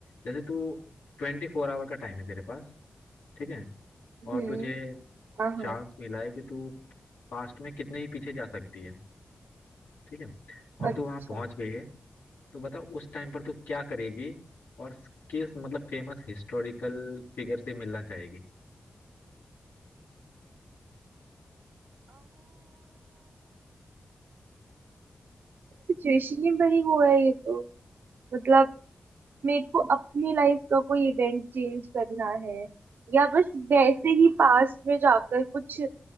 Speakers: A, on the left; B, on the right.
A: जैसे तू ट्वेंटी फोर आवर का टाइम है तेरे पास ठीक है और
B: हम्म
A: तुझे
B: हाँ हाँ
A: चांस मिला है कि तू पास्ट में कितने ही पीछे जा सकती है ठीक है और
B: अच्छा
A: तू वहां पहुंच गई है तो बता उस टाइम पर तू क्या करेगी और किस मतलब फेमस हिस्टोरिकल फिगर से मिलना चाहेगी
B: सिचुएशन ही बड़ी वो है ये तो मतलब मेरे को अपनी लाइफ का कोई इवेंट चेंज करना है या बस वैसे ही पास्ट में जाकर कुछ